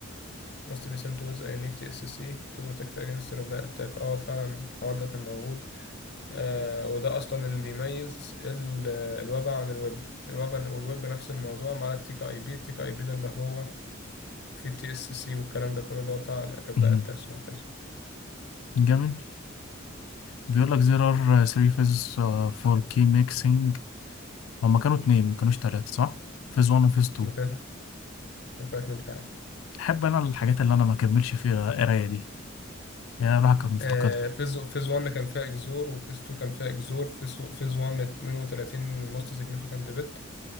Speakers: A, on the left (about 55°); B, on the left (about 80°).
A: must be sent with a unique TSC to protect against reply attack اه فعلا الحوار ده كان موجود آه وده اصلا اللي بيميز ال- الويب عن الويب الويب والويب نفس الموضوع مع التيك اي بي التيك اي بي ده اللي هو في تي اس سي والكلام ده كله اللي هو بتاع الريبلاي
B: مهم.
A: اتاكس وهكذا
B: جميل بيقول لك there are three phases uh, for key mixing هما كانوا اتنين ما كانوش تلاتة صح phase 1 و phase 2
A: ممكن ممكن اتنين فعلا
B: احب انا الحاجات اللي انا ما كملش فيها قرايه دي يا الواحد كان مفتقدها
A: آه فيز فيز 1 كان فيها اكزور وفيز 2 كان فيها اكزور فيز فيز 1 32 موست سيجنيفيكانت بت